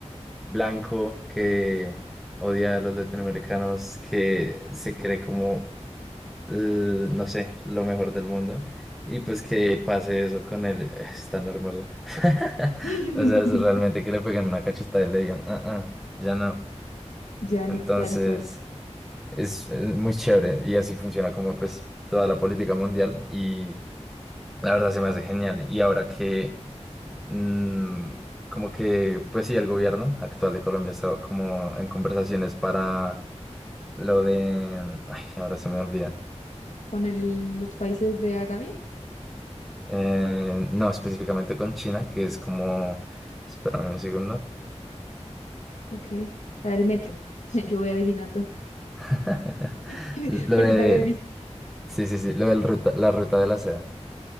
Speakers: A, in the centre; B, on the left.
A: blanco que odia a los latinoamericanos, que se cree como l- no sé, lo mejor del mundo. Y pues que pase eso con él, <laughs> eh, es tan hermoso. <laughs>
B: <laughs>
A: O sea, es realmente que le peguen una cachetada y le digan, ah, ah, ya no.
B: Ya no,
A: Entonces,
B: tal cual.
A: es, es muy chévere y así funciona como pues toda la política mundial y la verdad se me hace genial. Y ahora que, mm, como que, pues sí, el gobierno actual de Colombia está como en conversaciones para lo de, ay, ahora se me olvida
B: Con el- los países de Arabia,
A: Eh, no, específicamente con China, que es como. Espérame un segundo.
B: ok. Para el metro, <laughs> yo voy adivinando.
A: <laughs>
B: <laughs>
A: Lo
B: Porque
A: de.
B: también viste
A: Sí, sí, sí. Lo del ruta, la ruta de la seda.